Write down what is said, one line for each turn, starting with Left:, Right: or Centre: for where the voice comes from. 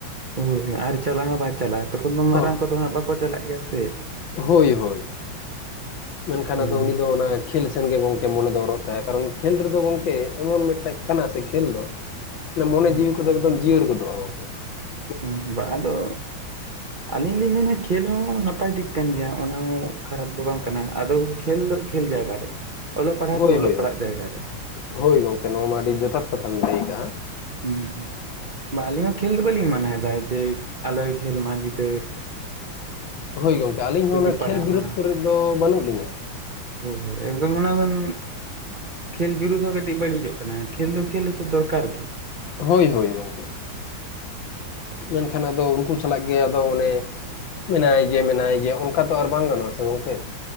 Right: ᱦᱳᱭ ᱟᱨ ᱪᱟᱞᱟᱣ ᱦᱚᱸ ᱵᱟᱭ ᱪᱟᱞᱟᱜᱼᱟ ᱛᱚᱠᱷᱚᱱ ᱢᱟᱨᱟᱝ
Left: ᱚᱦ
Right: ᱠᱚᱫᱚ ᱦᱟᱸᱜ ᱵᱟᱠᱚ ᱪᱟᱞᱟᱜ ᱜᱮᱭᱟ ᱥᱮ ᱾
Left: ᱦᱳᱭ ᱦᱳᱭ ᱾ ᱢᱮᱱᱠᱷᱟᱱ
Right: ᱦᱮᱸ
Left: ᱟᱫᱚ ᱩᱱᱤ ᱫᱚ ᱚᱱᱟ ᱠᱷᱮᱞ ᱥᱮᱱ ᱜᱮ ᱜᱚᱝᱠᱮ ᱢᱚᱱᱮ ᱫᱚ ᱚᱨᱚᱜ ᱛᱟᱭᱟ ᱾ ᱠᱟᱨᱚᱱ ᱠᱷᱮᱞ ᱨᱮᱫᱚ ᱜᱚᱝᱠᱮ ᱮᱢᱚᱱ ᱢᱤᱫᱴᱮᱱ ᱠᱟᱱᱟ ᱥᱮ ᱠᱷᱮᱞ ᱫᱚ ᱢᱚᱱᱮ
Right: ᱦᱳᱭ
Left: ᱡᱤᱣᱤ ᱠᱚᱫᱚ ᱮᱠᱫᱚᱢ ᱡᱤᱭᱟᱹᱲ ᱜᱚᱫᱚᱜᱼᱟ ᱾
Right: ᱦᱮᱸ ᱵᱟ ᱟᱫᱚ ᱟᱹᱞᱤᱧ ᱞᱤᱧ ᱢᱮᱱᱟ ᱠᱷᱮᱞ ᱦᱚᱸ ᱱᱟᱯᱟᱭ ᱫᱤᱠ ᱠᱟᱱ ᱜᱮᱭᱟ ᱚᱱᱟ ᱦᱚᱸ ᱠᱷᱟᱨᱟᱯ ᱫᱚ ᱵᱟᱝ ᱠᱟᱱᱟ ᱟᱫᱚ ᱠᱷᱮᱞ ᱫᱚ ᱠᱷᱮᱞ ᱡᱟᱭᱜᱟ ᱨᱮ ᱾ ᱚᱞᱚᱜ ᱯᱟᱲᱦᱟᱜ
Left: ᱦᱳᱭ
Right: ᱫᱚ ᱚᱞᱚᱜ
Left: ᱦᱳᱭ
Right: ᱯᱟᱲᱦᱟᱜ
Left: ᱦᱳᱭ
Right: ᱡᱟᱭᱜᱟ ᱨᱮ ᱾
Left: ᱦᱳᱭ ᱜᱚᱢᱠᱮ ᱱᱚᱣᱟ ᱢᱟ ᱟᱹᱰᱤ ᱡᱚᱛᱷᱟᱛ ᱠᱟᱛᱷᱟ ᱵᱤᱱ ᱞᱟᱹᱭ ᱟᱠᱟᱜᱼᱟ ᱾
Right: ᱦᱩ ᱵᱟ ᱟᱹᱞᱤᱧ ᱦᱚᱸ ᱠᱷᱮᱞ ᱫᱚ ᱵᱟᱹᱞᱤᱧ ᱢᱟᱱᱟᱭ ᱮᱫᱟ ᱡᱮ ᱟᱞᱚᱭ ᱠᱷᱮᱞ ᱢᱟ ᱜᱤᱫᱟᱹᱨ
Left: ᱦᱳᱭ ᱜᱚᱢᱠᱮ ᱟᱹᱞᱤᱧ
Right: ᱥᱩᱫᱷᱩ
Left: ᱦᱚᱸ ᱚᱱᱟ
Right: ᱯᱟᱲᱦᱟᱜ
Left: ᱠᱷᱮᱞ ᱵᱤᱨᱩᱫᱽ
Right: ᱢᱟ
Left: ᱠᱚᱨᱮ ᱫᱚ ᱵᱟᱹᱱᱩᱜ ᱞᱤᱧᱟᱹ ᱾
Right: ᱦᱳᱭ ᱮᱠᱫᱚᱢ ᱚᱱᱟ ᱫᱚᱢ ᱠᱷᱮᱞ ᱵᱤᱨᱩᱫᱽ ᱦᱚᱸ ᱠᱟᱹᱴᱤᱡ ᱵᱟᱹᱲᱤᱡᱚᱜ ᱠᱟᱱᱟ ᱠᱷᱮᱞ ᱫᱚ ᱠᱷᱮᱞ ᱦᱚᱪᱚ ᱫᱚᱨᱠᱟᱨ ᱜᱮ ᱾
Left: ᱦᱳ ᱦᱳᱭ ᱾ ᱢᱮᱱᱠᱷᱟᱱ ᱟᱫᱚ ᱩᱱᱠᱩ ᱥᱟᱞᱟᱜ ᱜᱮ ᱟᱫᱚ ᱚᱱᱮ ᱢᱮᱱᱟᱭ ᱜᱮᱭᱟ ᱢᱮᱱᱟᱭ ᱜᱮᱭᱟ ᱚᱱᱠᱟ ᱛᱚ ᱟᱨ ᱵᱟᱝ ᱜᱟᱱᱚᱜ ᱟ ᱥᱮ ᱜᱚᱢᱠᱮ